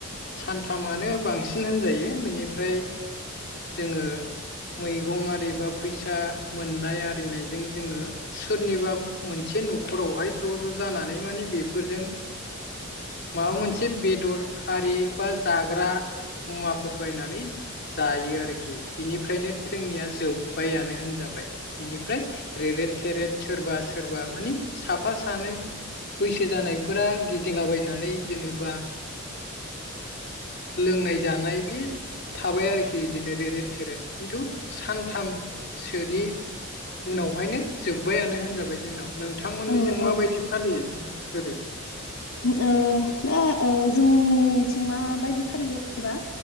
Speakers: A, on the left (about 50°); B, on the left (about 75°).
A: सानथामानो बांसिन होनजायो बेनिफ्राय जोङो मैगं आरिबा फैसा मोननाय आरिनायजों जोङो सोरनिबा मोनसे से न'खरावहाय ज' ज' जानानै मानि बेफोरजों
B: <inaudible>
A: माबा मोनसे बेदर आरि बा जाग्रा मुवाफोर बायनानै जायो आरोखि बिनिफ्रायनो जोंनिया जोब्बाया होनजाबाय बेनिफ्राय रेरेद थेरेद सोरबा सोरबा मानि साफा सानै बैसो जानायफोरा गिदिंलाबायनानै जेनेबा लोंनाय जानाय बि थाबाय आरोखि बिदिनो रेरेद थेरेद खिन्थु सानथामसोनि उनावहायनो जोब्बायानो होनजाबाय जोंनाव। नोंथांमोननि
B: औ
A: जों
B: औ
A: माबायदि फालियो ओरै
B: ओ दा ओ जोंनिथिं माबायदि फालियो होनबा